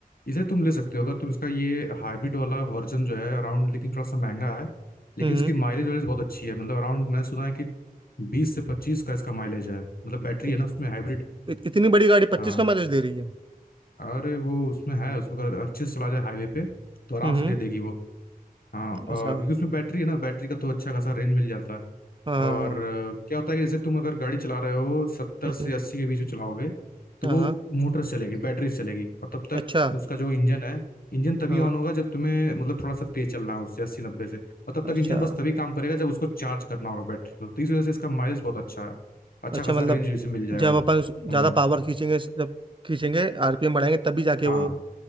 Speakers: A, on the left; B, on the right.
A: इसे तुम ले सकते हो अगर तुम इसका ये हाइब्रिड वाला वर्जन जो है अराउंड लेकिन थोड़ा सा महंगा है लेकिन
B: हम्म
A: इसकी
B: हम्म।
A: माइलेज वाइलेज बहुत अच्छी है मतलब अराउंड मैंने सुना है कि बीस से पच्चीस का इसका माइलेज है मतलब बैटरी
B: इत,
A: है ना उसमें हाइब्रिड
B: इत, इतनी बड़ी गाड़ी पच्चीस
A: हाँ
B: का माइलेज दे रही है
A: अरे वो उसमें है उसमें अगर अच्छे से चला जाए हाईवे पे तो आराम
B: हम्म
A: से
B: हम्म,
A: दे देगी वो हाँ
B: अच्छा
A: और
B: हाँ
A: क्योंकि उसमें बैटरी है ना बैटरी का तो अच्छा खासा रेंज मिल जाता है
B: हाँ हाँ,
A: और अ, क्या होता है कि जैसे तुम अगर गाड़ी चला रहे हो सत्तर
B: हम्म
A: से
B: हम्म,
A: अस्सी के बीच में चलाओगे तो
B: हाँ
A: वो
B: हाँ,
A: मोटर से चलेगी बैटरी से चलेगी और तब तक
B: अच्छा
A: उसका जो इंजन है इंजन तभी
B: हाँ
A: ऑन होगा जब तुम्हें मतलब थोड़ा सा तेज चलना हो उससे अस्सी नब्बे से और तब तक
B: अच्छा
A: इंजन बस तभी काम करेगा जब उसको चार्ज करना होगा बैटरी को तो इस वजह से इसका माइलेज बहुत अच्छा है अच्छा
B: अच्छा
A: खासा
B: मतलब
A: रेंज इसे मिल जाएगा
B: जब अपन ज़्यादा
A: हम्म
B: पावर खींचेंगे जब खींचेंगे आरपीएम बढ़ाएंगे तभी जाके वो
A: हाँ